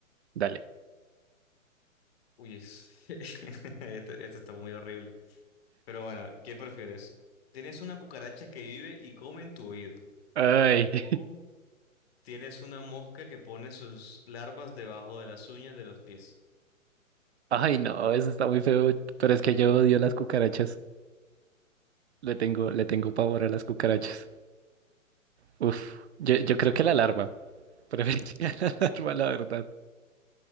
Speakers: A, on the right (about 55°); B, on the left (about 50°).
A: Dale.
B: Uy, es- <laughs> este, este está muy horrible. Pero bueno, ¿qué prefieres? ¿Tienes una cucaracha que vive y come en tu oído?
A: Ay, <laughs>
B: ¿O tienes una mosca que pone sus larvas debajo de las uñas de los pies?
A: ay no, eso está muy feo, pero es que yo odio las cucarachas. Le tengo, le tengo pavor a las cucarachas. Uf, yo, yo creo que la larva, preferiría <laughs> la larva, la verdad.